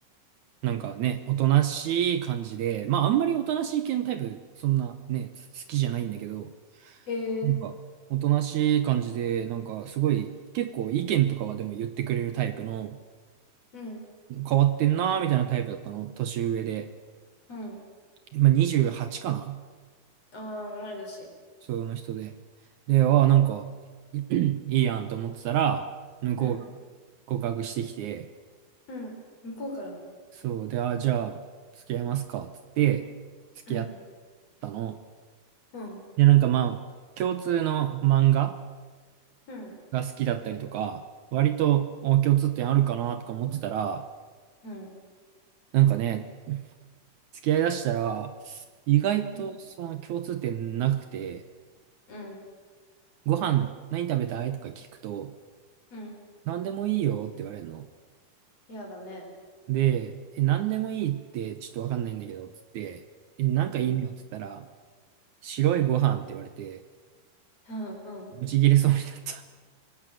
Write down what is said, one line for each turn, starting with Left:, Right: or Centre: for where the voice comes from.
Right: なんかね、おとなしい感じで、まあ、あんまりおとなしい系のタイプ、そんなね、好きじゃないんだけど、
Left: へえ、
Right: なんか、おとなしい感じで、なんか、すごい、結構意見とかはでも言ってくれるタイプの、
Left: うん、
Right: 変わってんなーみたいなタイプだったの、年上で。
Left: うん。
Right: 今28かな
Left: ああ、同い年。
Right: その人で。で、ああ、なんか、<clears throat> いいやんと思ってたら、向こうが
Left: うん、
Right: 告白してきて、
Left: うん。向こうから。
Right: そう、で、ああ、じゃあ、付き合いますか、つって、付き合っ
Left: うん、
Right: たの。
Left: うん、
Right: で、なんかまあ、共通の漫画
Left: うん、
Right: が好きだったりとか、割と、お、共通点あるかな、とか思ってたら、
Left: うん、
Right: なんかね、付き合いだしたら、意外とその共通点なくて、
Left: うん、うん。
Right: ご飯何食べたいとか聞くと、
Left: うん
Right: 何でもいいよって言われるの。
Left: やだね。
Right: で、え、何でもいいってちょっとわかんないんだけど、つって、え、なんかいいのっつったら、
Left: うん、
Right: 白いご飯って言われて、
Left: うん、うん。
Right: ブチ切れそうになった。